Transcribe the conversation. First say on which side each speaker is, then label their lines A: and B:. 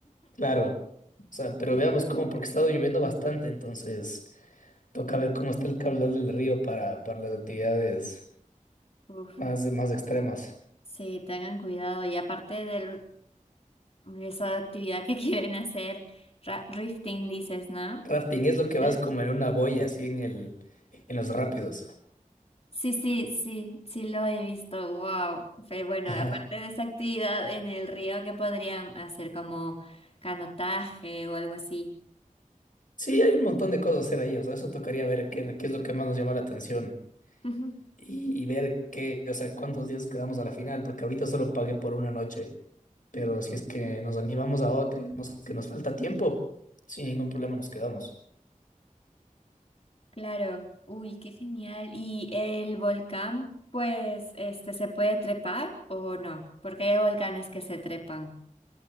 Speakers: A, on the left; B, on the left.
A: Claro, o sea, pero veamos cómo, porque ha estado lloviendo bastante, entonces toca ver cómo está el caudal del río para, para las actividades
B: Uf.
A: más, más extremas.
B: Sí, tengan cuidado. Y aparte de esa actividad que <laughs> quieren hacer, ra- rifting dices, ¿no?
A: Rafting es lo que vas
B: Eh,
A: como en una boya, así en el, en los rápidos.
B: Sí, sí, sí, sí lo he visto. Wow. Pero bueno,
A: Ajá.
B: aparte de esa actividad en el río, ¿qué podrían hacer como canotaje o algo así?
A: Sí, hay un montón de cosas a hacer ahí, o sea, eso tocaría ver qué, qué es lo que más nos llama la atención
B: <laughs>
A: y, y ver qué, o sea, cuántos días quedamos a la final, porque ahorita solo pagué por una noche, pero si es que nos animamos a otra, vemos que nos falta tiempo, sin ningún problema nos quedamos.
B: Claro, uy, qué genial. ¿Y el volcán, pues, este, se puede trepar o no? Porque hay volcanes que se trepan.